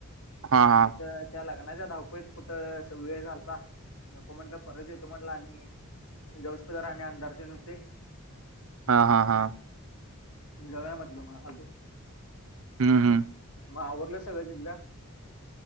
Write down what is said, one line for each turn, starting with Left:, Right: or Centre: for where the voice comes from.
Right: हा हा
Left: तिथ त्या लग्नाच्या धावपळीत कुठं वेळ झालता नको म्हणलं परत येतो म्हटलं आणि जाऊस पतर आणि आंधार ते न हुतय.
Right: हा हा हा.
Left: जाऊया म्हटल मग आलो.
Right: हम्म हम्म.
Left: मग आवरल सगळं तिथल